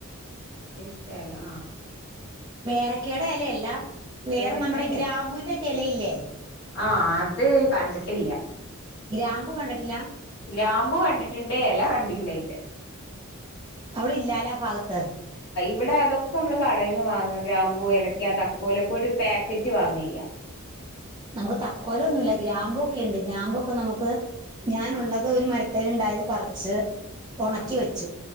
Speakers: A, on the left; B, on the right.
A: വ്യത്യസ്തയെല ആ
B: പേരക്കയടെയെലയല്ല വേറെ
A: പേരക്കേന്റെ
B: നമ്മുടെ ഗ്രാമ്പുന്റെക്കലയില്ലേ
A: ആ അത് കണ്ടിട്ടില്ല
B: ഗ്രാമ്പൂ കണ്ടിട്ടില്ലാ
A: ഗ്രാമ്പൂ കണ്ടിട്ടണ്ട് എല കണ്ടീല്ലയിന്റെ
B: അവിടെയില്ലാലാ ആ ഭാഗത്ത്
A: ഇവിടതൊക്കെ നമ്മള് കടെന്ന് വാങ്ങ ഗ്രാംമ്പൂ ഏലക്ക തക്കോലൊക്കൊരു പാക്കറ്റ് വാങ്ങയ ചെയ്യാ
B: നമുക്ക് തക്കോലൊന്നുല്ല ഗ്രാമ്പൂക്കെണ്ട് ഗ്രാമമ്പൂക്കെ നമക്ക് ഞാനുള്ളത്
A: ആഹ്
B: ഒരു മര തല്ണ്ടായത് പർച്ച് ഉണക്കിവെച്ചു
A: ആഹ്